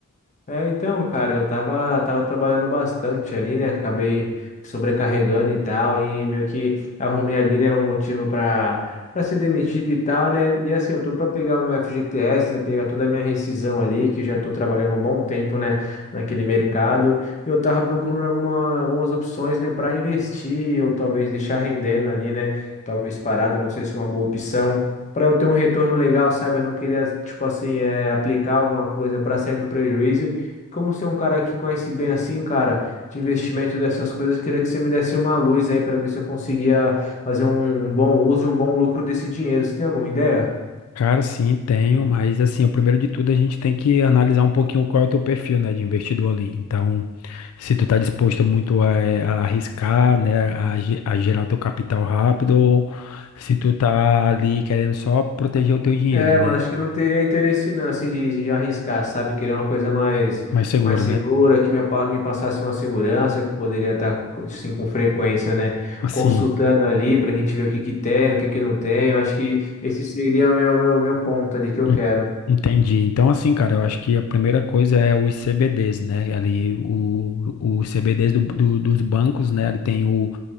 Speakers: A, on the left; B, on the left.
A: É, então, cara, eu tava, tava trabalhando bastante ali, né? Acabei sobrecarregando e tal, e meio que arrumei ali, né, um motivo pra, pra ser demitido e tal, né? E assim, eu tô pra pegar o meu FGTS, né? Pegar toda a minha rescisão ali, que já tô trabalhando um bom tempo, né, naquele mercado. E eu tava procurando alguma, algumas opções, né, pra investir, ou talvez deixar rendendo ali, né? Talvez parado, não sei se é uma boa opção para eu ter um retorno legal, sabe? Eu não queria, tipo assim, eh, aplicar alguma coisa para sair no prejuízo como ser um cara que conhece bem assim, cara, de investimento dessas coisas, queria que você me desse uma luz aí para ver se eu conseguia fazer um bom uso e um bom lucro desse dinheiro. Você tem alguma ideia?
B: Cara, sim, tenho, mas assim, o primeiro de tudo a gente tem que analisar um pouquinho qual é o teu perfil, né, de investidor ali. Então, se tu tá disposto muito a, eh, a arriscar, né, a, ge- a gerar o teu capital rápido, ou se tu tá ali querendo só proteger o teu dinheiro,
A: É,
B: né,
A: mas acho que não teria interesse não, assim, de, de arriscar, sabe? Queria uma coisa mais,
B: mais seguro,
A: mais segura,
B: né?
A: que me, apa- me passasse uma segurança, que eu poderia estar, co- assim, com frequência, né?
B: Assim,
A: Consultando ali pra gente ver o que que tem, o que que não tem. Eu acho que esse seria o meu, meu, meu ponto ali que eu
B: En-
A: quero.
B: Entendi. Então, assim, cara, eu acho que a primeira coisa é os CBDs, né? Ali, o, os CBDs do, do- dos bancos, né? Ali tem o,